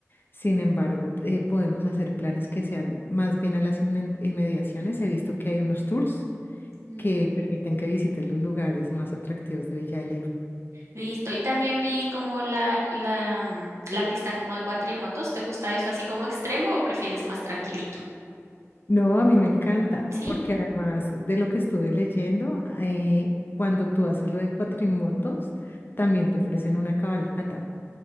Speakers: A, on the left; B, on the right.
A: Sin embargo, eh, podemos hacer planes que sean más bien a las inmen- inmediaciones. He visto que hay unos tours
B: mm,
A: que permiten que visites los lugares más atractivos de Villa de Leyva.
B: Listo. Y también vi como la, la, mm, la pista como de cuatrimotos. ¿Te gusta eso así como extremo o prefieres más tranquilito?
A: No, a mí me encanta,
B: Sí.
A: porque además de lo que estuve leyendo, eh, cuando tú haces lo de cuatrimotos, también te ofrecen una cabalgata.